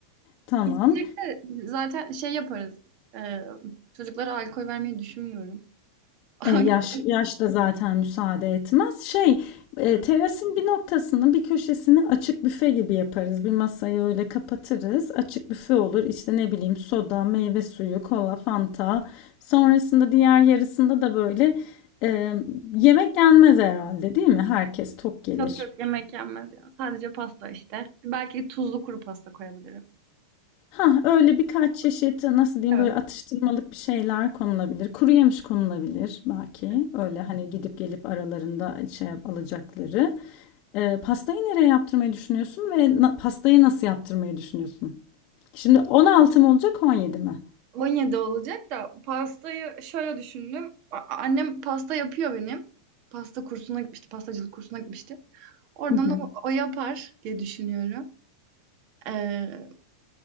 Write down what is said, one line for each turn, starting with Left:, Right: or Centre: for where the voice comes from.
Left: Tamam.
Right: İçecek de zaten şey yaparız. Ee, çocuklara alkol vermeyi düşünmüyorum. <laughs>
Left: E, yaş yaş da zaten müsaade etmez. Şey, e,
Right: Evet.
Left: terasın bir noktasını, bir köşesini açık büfe gibi yaparız. Bir masayı öyle kapatırız. Açık büfe olur. İşte ne bileyim soda, meyve suyu, kola, fanta. Sonrasında diğer yarısında da böyle e, yemek yenmez herhalde, değil mi? Herkes tok gelir.
Right: Çok çok yemek yenmez ya. Sadece pasta işte. Belki tuzlu kuru pasta koyabilirim.
Left: Ha öyle birkaç çeşit, nasıl diyeyim,
Right: Evet.
Left: böyle atıştırmalık bir şeyler konulabilir. Kuru yemiş konulabilir belki.
Right: evet.
Left: Öyle hani gidip gelip aralarında şey yap- alacakları. Ee, pastayı nereye yaptırmayı düşünüyorsun ve na- pastayı nasıl yaptırmayı düşünüyorsun? Şimdi 16 mı olacak 17 mi?
Right: 17 olacak da pastayı şöyle düşündüm. A- Annem pasta yapıyor benim. Pasta kursuna gitmişti. Pastacılık kursuna gitmişti. Oradan
Left: Hı hı.
Right: o, o yapar diye düşünüyorum. Ee,